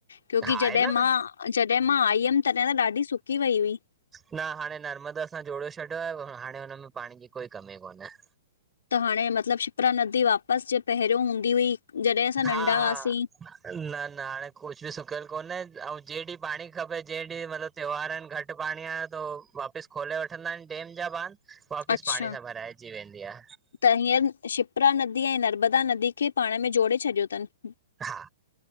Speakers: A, on the left (about 75°); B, on the right (about 15°).
A: क्योंकी
B: हा आहे
A: जॾहिं
B: न न
A: मां जॾहिं मां आई हुयमि तॾहिं त ॾाढी सुकी वई हुई।
B: न हाणे नर्मदा सां जोड़े छॾियो आहे, हाणे हुन में पाणी जी कोई कमी कोन्हे।
A: त हाणे मतिलबु शिपरा नदी वापसि जे पहिरियों हूंदी हुई। जॾहिं असां
B: हा
A: नंढा
B: हा।
A: हुआसीं
B: न न हाणे कुछु बि सुकियल कोन्हे ऐं जेहिं ॾींहुं पाणी खपे जहिं ॾींहुं मतिलबु त्योहार इन घटि पाणी आए तो वापसि खोले वठंदा आहिनि डेम जा बांध। वापिस
A: अच्छा
B: पाणीअ सां भराइजी वेंदी आ।
A: त हींअर शिप्रा नदीअ ऐं नर्मदा नदीअ खे पाण में जोड़े छॾियो तनि।
B: हा।